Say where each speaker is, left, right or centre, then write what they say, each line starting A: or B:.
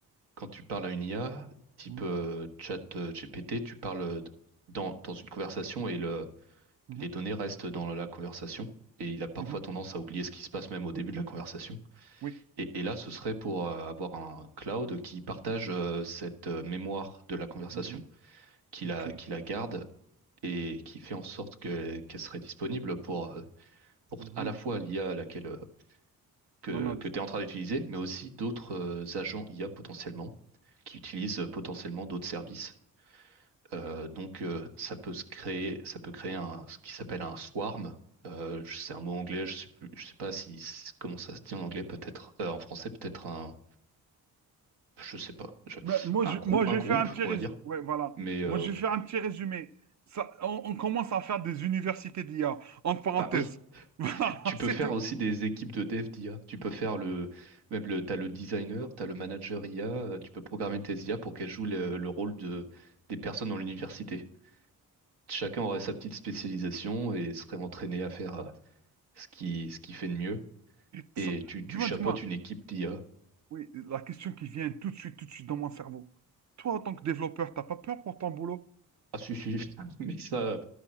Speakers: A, on the right (about 85°); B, on the right (about 45°).
A: quand tu parles à une IA, type
B: Mhm.
A: euh, chat euh, GPT, tu parles euh, dans, dans une conversation et le,
B: Mhm.
A: les données restent dans la conversation. Et il a parfois
B: Mhm. Mhm.
A: tendance à oublier ce qui se passe même au début de la conversation.
B: Oui.
A: Et, et là, ce serait pour euh, avoir un cloud qui partage euh, cette euh, mémoire de la conversation,
B: Mhm.
A: qui la,
B: OK.
A: qui la garde et qui fait en sorte que, qu'elle serait disponible pour, euh, pour
B: Mhm.
A: à la fois l'IA à laquelle, euh, que,
B: On a
A: que
B: dit.
A: tu es en train d'utiliser, mais aussi d'autres euh, agents IA potentiellement, qui utilisent
B: Mhm.
A: euh, potentiellement d'autres services. Euh, donc, euh, ça peut se créer, ça peut créer un, ce qui s'appelle un swarm. Euh, c'est un mot anglais, je sais plus, je sais pas si, comment ça se dit en anglais, peut-être, euh, en français, peut-être un. je sais pas, je-
B: Ben, moi,
A: un
B: je,
A: groupe,
B: moi, je
A: un groupe,
B: vais faire un petit
A: on
B: résumé.
A: va dire.
B: Ouais, voilà.
A: Mais euh,
B: Moi, je vais faire un petit résumé. Ça, on, on commence à faire des universités d'IA, entre parenthèses.
A: bah oui,
B: <laughs> Voilà,
A: tu peux
B: c'est
A: faire
B: tout.
A: aussi des équipes de dev d'IA. Tu peux faire le même le t'as le designer, t'as le manager IA. euh, Tu peux programmer tes IA pour qu'elles jouent le, le rôle de des personnes dans l'université. Chacun aurait sa petite spécialisation et serait entraîné à faire euh, ce qui ce qu'il fait de mieux.
B: Ça-
A: Et tu tu
B: Dis-moi,
A: chapeautes
B: dis-moi,
A: une équipe d'IA.
B: Oui, la question qui vient tout de suite, tout de suite dans mon cerveau. Toi, en tant que développeur, t'as pas peur pour ton boulot?
A: Ah si si, <laughs> mais ça,